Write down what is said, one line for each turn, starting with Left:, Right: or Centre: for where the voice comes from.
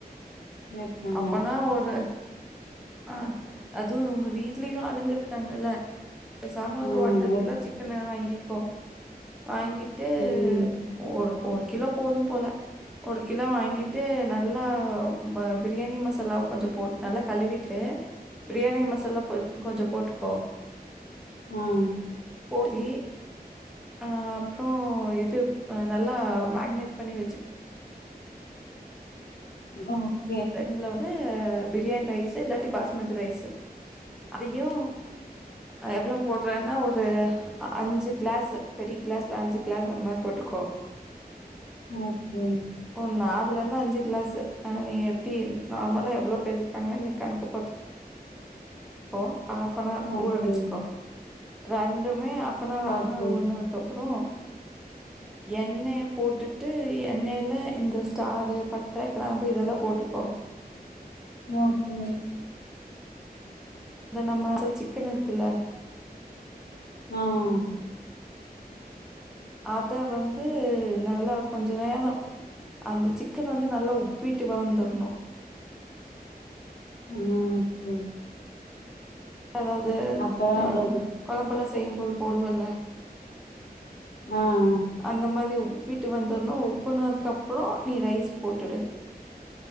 Left: இருக்காங்க
Centre: அப்பனா ஒரு ஆ அது உங்க வீட்லியு ஆளுங்க இருக்காங்கல்ல பெசாம ஒரு
Left: ம்
Centre: ஒன்ர கிலோ
Left: இருக்கு
Centre: சிக்கனு வாங்கிக்கோ வாங்கிட்டு
Left: ம்
Centre: ஒரு ஒரு கிலோ போதும்போல ஒரு கிலோ வாங்கிட்டு நல்லா ம பிரியாணி மசாலா கொஞ்ச போ நல்லா கழுவிட்டு பிரியாணி மசாலா கொஞ்ச போட்டுக்கோ
Left: ம்
Centre: போட் தி அ அப்றோ இது அ நல்லா மேக்னேட் பண்ணி வெச்சு
Left: அ
Centre: ரெண்ட்ல வந்து அ பிரியாணி ரைஸு இல்லாட்டி பாஸ்மதி ரைஸு அதையு அ எவ்ளோ போட்றேனா ஒரு அ அஞ்சு க்ளாஸு பெரி க்ளாஸ்ல அஞ்சு க்ளாஸ் அந்த மாரி போட்டுக்கோ
Left: ம் சேரி
Centre: ஒ நாலந்து அஞ்சு க்ளாசு அ நீ எப் டி நார்மலா எவ்ளோ பேர் இருக்காங்க நீ கணக்கு பாத்துக்கோ ஆஃப் ஃபனார்
Left: ஓகே
Centre: ஊற வெச்சுக்கோ ரெண்டுமே ஆஃபனார் ஆஃபனார்
Left: ஓகே
Centre: ஊற்னதுக் கப்புறோ எண்ணெய் போட்டுட்டு எண்ணெயல்ல இந்த ஸ்டாரு பட்ட கிராம்பு இதெல்லா போட்டு க்கோ
Left: ஓகே
Centre: இந்த நம்ம சிக்கன் இருக்குல்ல
Left: அ அ ஆமா
Centre: அத வந்து நல்லா கொஞ்ச நேரோ அந்த சிக்கனு வந்து நல்லா உப்பிட்டு வந்தர்னோ
Left: அ ஓகே
Centre: அதாவ்து
Left: அப்பறோ
Centre: அ
Left: அதாவது
Centre: கொழம்பெல்லா செய்யும்போது போடுவேல்ல
Left: ஆ அ
Centre: அந்த மாரி உப்பிட்டு வந்துர்ணு உப்புனதுக்கு அப்புறோ நீ ரைஸ் போட்டுடு